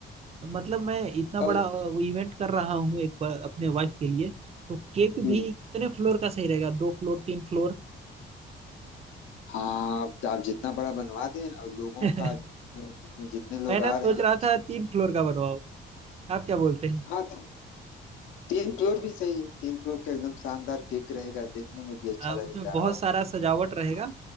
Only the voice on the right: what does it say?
मतलब मैं इतना
बड़ा अ, वो इवेंट कर रहा हूँ एक बार अपने वाइफ के लिए तो केक
भी कितने फ्लोर का सही रहेगा दो फ्लोर तीन फ्लोर
<laughs>
मैं ना
सोच
रहा
था तीन
फ्लोर का बनवाओ आप क्या बोलते हैं
हाँ, उसमें
बहुत
सारा सजावट रहेगा